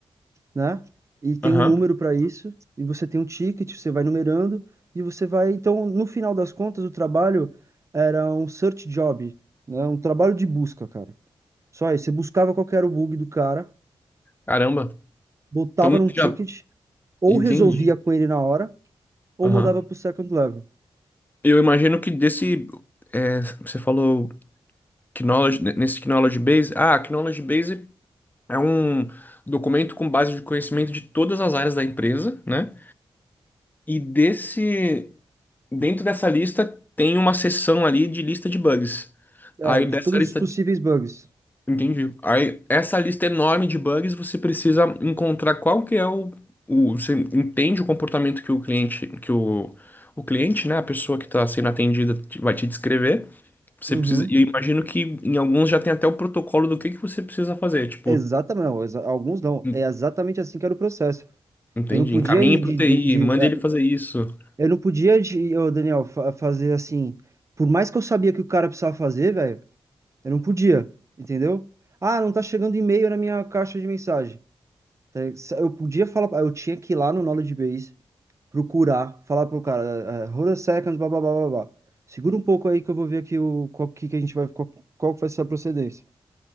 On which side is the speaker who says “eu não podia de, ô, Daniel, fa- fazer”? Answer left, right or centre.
Right